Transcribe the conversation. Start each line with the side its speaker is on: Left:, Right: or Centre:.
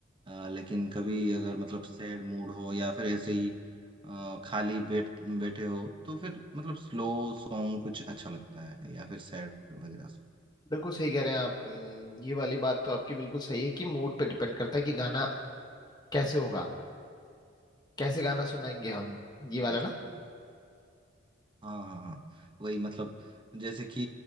Right: अ, लेकिन कभी अगर मतलब सैड मूड हो या फिर ऐसे ही अ, खाली बैठ बैठे हो तो फिर मतलब स्लो सॉन्ग कुछ अच्छा लगता है या फिर सैड वगैरह सॉन्ग
Left: बिल्कुल सही कह रहे हैं आप हम्म, ये वाली बात तो आपकी बिल्कुल सही है कि मूड पे डिपेंड करता है कि गाना कैसे होगा कैसे गाना सुनाएंगे हम ये वाला
Right: जी
Left: ना
Right: जी जी हाँ हाँ हाँ वही मतलब जैसे कि